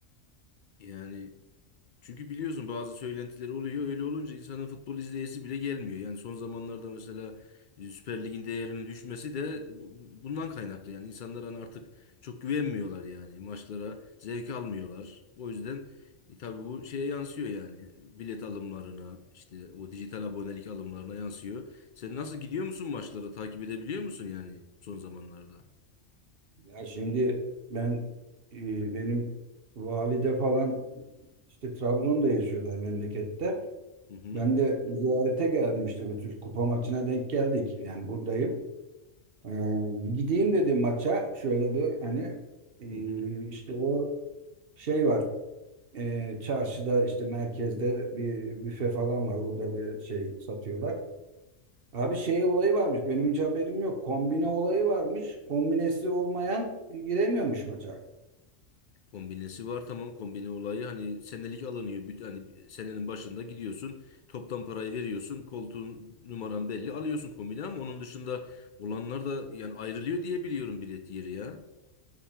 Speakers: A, on the left (about 60°); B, on the right (about 50°).
A: Yani Çünkü biliyorsun bazı söylentiler oluyor. Öyle olunca insanın futbol izleyesi bile gelmiyor. Yani son zamanlarda mesela e, Süper Lig'in değerinin düşmesi de bu- bu- bundan kaynaklı. Yani insanlar hani artık çok güvenmiyorlar yani. Maçlara zevk almıyorlar. O yüzden e, tabii bu şeye yansıyor yani. Bilet alımlarına, işte o dijital abonelik alımlarına yansıyor. Sen nasıl gidiyor musun maçlara? Takip edebiliyor musun yani son zamanlarda?
B: Ya şimdi ben e, benim valide falan işte Trabzon'da yaşıyorlar memlekette.
A: Hı hı.
B: Ben de ziyarete geldim işte bu tür kupa maçına denk geldik. Yani buradayım. Ee, bir gideyim dedim maça. Şöyle bir hani e,
A: Hı hı.
B: işte o şey var. Ee, çarşıda işte merkezde bir büfe falan var. Orada bir şey satıyorlar. Abi şey olayı varmış. Benim hiç haberim yok. Kombine olayı varmış. Kombinesi olmayan giremiyormuş maça.
A: Kombinesi var tamam kombine olayı hani senelik alınıyor. Büt- Hani senenin başında gidiyorsun toptan parayı veriyorsun koltuğun numaran belli alıyorsun kombine ama onun dışında olanlar da yani ayrılıyor diye biliyorum bilet yeri ya.